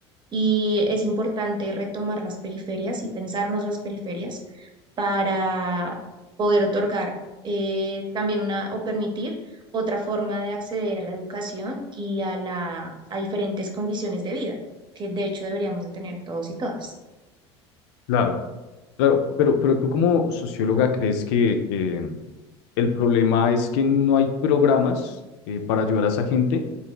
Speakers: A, on the right; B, on the left.
A: Y es importante retomar las periferias y pensarnos las periferias para poder otorgar eh, también una o permitir otra forma de acceder a la educación y a la, a diferentes condiciones de vida, que de hecho deberíamos de tener todos y todas.
B: claro. Claro, pero, pero tú como socióloga crees que eh, el problema es que no hay programas eh, para ayudar a esa gente,